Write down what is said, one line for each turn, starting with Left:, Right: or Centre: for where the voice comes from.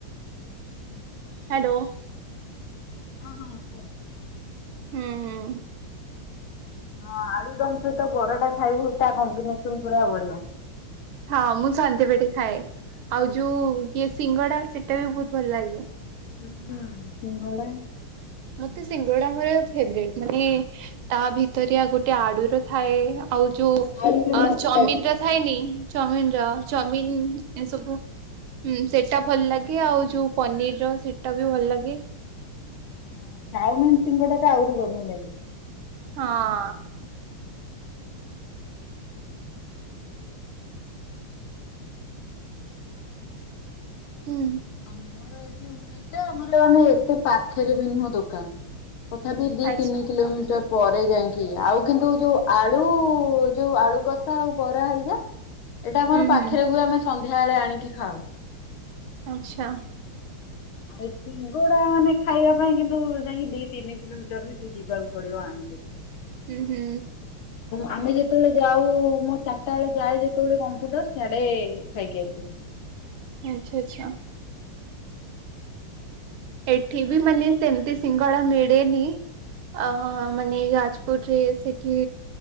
Right: ହାଲୋ।
Left: ହଁ କୁହ?
Right: ହୁଁ ହୁଁ।
Left: ହଁ ଆଳୁ ଦମ ସହିତ ବରାଟା ଖାଇବୁ ତା କମ୍ବିନେସନ ପୁରା ବଢିଆ।
Right: ହଁ ମୁଁ ଶନ୍ତି ବାଡ଼ି ଖାଏ। ଆଉ ଯୋଉ ଇଏ ସିଙ୍ଗଡା ସେଟା ବି ବୋହୁତ୍ ଭଲ ଲାଗେ।
Left: ହୁଁ ହୁଁ, ସିଙ୍ଗଡା
Right: ମତେ ସିଙ୍ଗଡା ମୋର ଫେବରେଟ୍, ମାନେ ତା ଭିତରେ ଆ ଗୋଟେ ଆଡୁର ଥାଏ। ଆଉ ଯୋଉ
Left: ଆଳୁର ମସଲାଟା।
Right: ଚାଉମିନ ର ଥାଏନି ଚାଉମିନ ର ଚଉମିନ ଏ ସବୁ ହୁଁ ସେଇଟା ଭଲ ଲାଗେ। ଆଉ ଯୋଉ ପନିର ସେଇଟା ବି ଭଲ ଲାଗେ।
Left: ହ ଚାଉମିନ୍ ସିଙ୍ଗଡା ଟା ଆହୁରି ବଢିଆ ଲାଗେ।
Right: ହଁ। ହୁଁ।
Left: ଆମର ଏଠି ଆମର ମାନେ ଏତେ ପାଖରେ ବି ନୁହଁ ଦୋକାନ। ତଥାପି ଦି
Right: ଆଚ୍ଛା
Left: ତିନି କିଲୋମିଟର। ପରେ ଯାଇକି, ଆଉ କିନ୍ତୁ ଯୋଉ ଆଳୁ ଯୋଉ ଆଳୁ କଷା ଆଉ ବରା ହାରିକା ଏଇଟା ଆମର
Right: ହୁଁ
Left: ପାଖରେ
Right: ହୁଁ
Left: ହୁଏ ଆମେ ସନ୍ଧ୍ୟାବେଳେ ଆଣିକି ଖାଉ।
Right: ଆଚ୍ଛା।
Left: ଆଉ ସିଙ୍ଗଡା ମାନେ ଖାଇବା ପାଇଁ କିନ୍ତୁ ଯାଇକି ଦି ତିନି କିଲୋମିଟର ସେଠି ଯିବାକୁ ପଡିବ ଆଣିବା ଆଣିବା। ହ
Right: ହୁଁ ହୁଁ।
Left: ଆମେ ଯେତେବେଳେ ଯାଉ ମୋ ଚାରିଟା ବେଳେ ଯାଏ ଯେତେବେଳେ କମ୍ପୁଟର, ସିଆଡେ ଖାଇକି ଆସୁ।
Right: ଆଛା ଆଛା। ଏଠି ବି ମାନେ ସେମିତି ସିଙ୍ଗଡା ମିଳେନି ଅ ମାନେ ଯାଜପୁର୍ ରେ ସେଠି